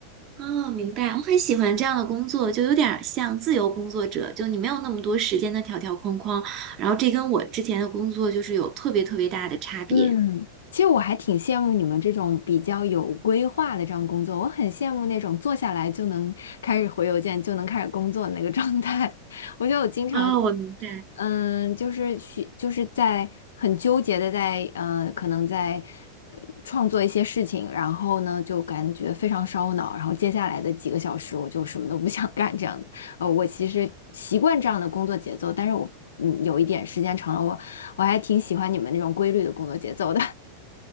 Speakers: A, on the right; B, on the left.
A: 哦，明白。我很喜欢这样的工作，就有点儿像自由工作者，就你没有那么多时间的条条框框，然后这跟我之前的工作就是有特别特别大的差别。
B: 嗯，其实我还挺羡慕你们这种比较有规划的这样工作，我很羡慕那种坐下来就能开始回邮件就能开始工作的那个状态。<laughs> 我觉得我经常。
A: 哦，我明白。
B: 嗯，就是许，就是在很纠结的在，呃，可能在呃创作一些事情，然后呢，就感觉非常烧脑，然后接下来的几个小时我就什么都不想 <laughs> 干这样子。呃，我其实习惯这样的工作节奏，但是我嗯，有一点时间长了，我我还挺喜欢你们那种规律的工作节奏的。